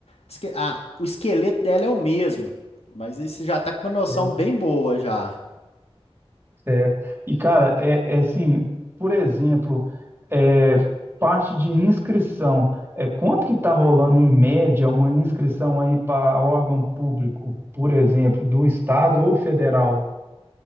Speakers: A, on the left; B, on the right.
A: Esque- ah, o esqueleto dela é o mesmo. Mas aí você já tá com uma noção
B: É,
A: bem boa já.
B: Certo. E, cara, é, é assim, por exemplo, é, parte de inscrição. É, quanto que está rolando em média uma inscrição aí para órgão público, por exemplo, do estado ou federal?